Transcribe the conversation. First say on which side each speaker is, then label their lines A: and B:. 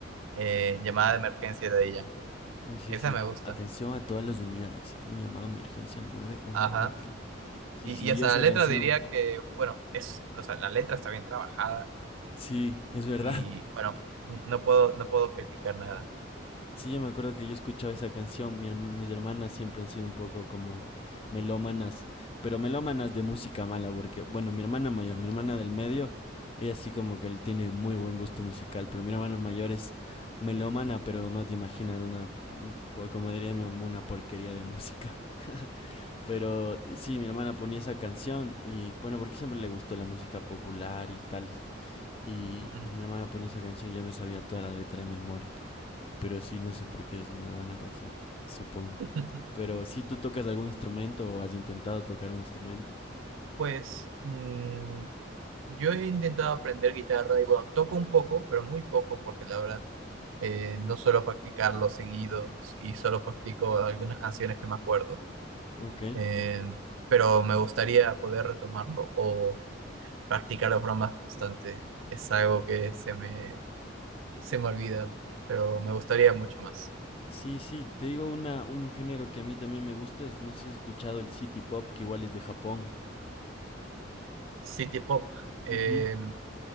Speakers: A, on the right (about 85°); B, on the left (about 30°).
A: eh, Llamada de Emergencia de Daddy Yankee.
B: Mm, Sí,
A: Esa
B: sí.
A: me gusta.
B: Atención a todas las unidades. Es un llamado de emergencia al 911.
A: Ajá.
B: Sí,
A: Y,
B: sí,
A: y hasta
B: yo esa
A: la letra
B: canción.
A: diría que, bueno, es, o sea, la letra está bien trabajada
B: Sí, es verdad.
A: y,
B: <laughs>
A: bueno, n- no puedo, no puedo criticar nada.
B: Sí, yo me acuerdo que yo escuchaba esa canción. Mi herma- mis hermanas siempre han sido un poco como melómanas, pero melómanas de música mala, porque, bueno, mi hermana mayor, mi hermana del medio, ella sí como que él tiene muy buen gusto musical, pero mi hermana mayor es melómana, pero no te imaginas una, mm, por como diría mi mamá, una porquería de música. Pero sí, mi hermana ponía esa canción y bueno, porque siempre le gustó la música popular y tales. Y,
A: Mm.
B: y mi hermana ponía esa canción, y yo me sabía toda la letra de memoria. Pero sí, no sé por qué es una buena canción, supongo.
A: <laughs>
B: Pero sí, tú tocas algún instrumento o has intentado tocar un instrumento.
A: Pues mm, yo he intentado aprender guitarra y, bueno, toco un poco, pero muy poco, porque la verdad eh, no suelo practicarlo seguido y solo practico algunas canciones que me acuerdo.
B: Ok.
A: Eh,
B: Ujú.
A: pero me gustaría poder retomarlo o practicarlo de forma más constante. Es algo que se me, se me olvida, pero me gustaría mucho más.
B: Sí, sí, te digo una, un género que a mí también me gusta, es, no sé si has escuchado el City Pop, que igual es de Japón.
A: City Pop. eh,
B: Ujú.